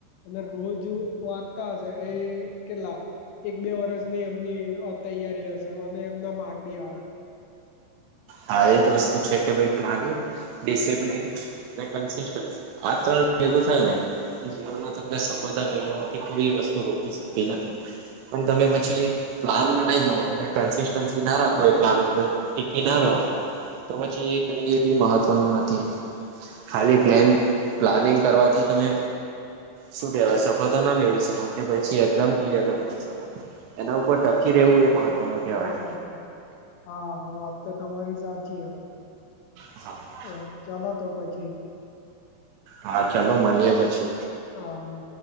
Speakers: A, on the left; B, on the right.
A: અને રોજ વાંચતા હશે એ કેટલા એક બે વર્ષની એમની તૈયારી હશે અને એમના માર્ગ બી આવે હ
B: હા એજ વસ્તુ છે કે ભાઈ પ્ર્ણી ડિસપ્લન કસ આ ત્રણ ભેગું થાય ને જીવનમાં તમને સફળતા મેળવવાથી કોઈ વસ્તુ રોકીલી શકતી નથી પણ તમે પછી પ્લાન બનાવી દો અને કન્સિસ્ટન્સી ના રાખો એ પ્લાન ઉપર ટીકી ના રહો તો પછી એ કઈ બી મહત્વનું નથી ખાલી પ્લેન
A: હા
B: પ્લાનિંગ કરવાથી તમે શું કેહેવાય સફળતા ના મેળવી શકો કે પછી એક્ઝામ ક્લિયર ના કરી શકો એના ઉપર ટકી
A: હા
B: રહેવું
A: એ વાત
B: મહત્વનું
A: તો તમારી
B: કહેવાય
A: સાચી હા વાત તો તમારી સાચી હ
B: હા
A: અ ચાલ તો પછી
B: હા ચલોો મળીએ પછી
A: હા